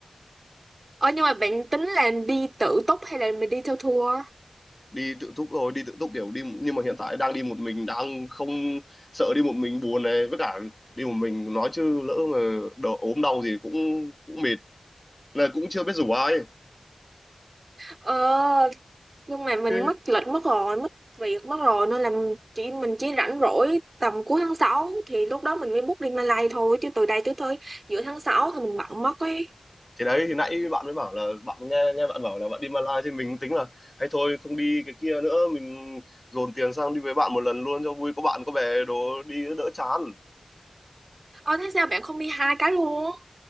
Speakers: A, on the right; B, on the left.
A: Ờ nhưng mà bạn tính là đi tự túc hay là mình đi theo tour?
B: đi tự túc rồi đi tự túc kiểu đi nhưng mà hiện tại đang đi một mình đang không sợ đi một mình buồn này với cả đi một mình nói chứ lỡ mà đỡ ốm đau gì cũng cũng mệt là cũng chưa biết rủ ai
A: Ờ nhưng mà mình
B: thế,
A: mất lịch mất rồi, mất việc mất rồi nên là mình chỉ mình chỉ rảnh rỗi tầm cuối tháng sáu thì lúc đó mình mới book đi Malay thôi chứ từ đây tới tới giữa tháng 6 thì mình bận mất ấy.
B: thế đấy thì nãy bạn mới bảo là bạn nghe nghe bạn bảo là bạn đi Malaysia thì mình tính là hay thôi không đi cái kia nữa mình dồn tiền sang đi với bạn một lần luôn cho vui có bạn có bè đồ đi đỡ chán
A: Ờ thế sao bạn không đi hai cái luôn?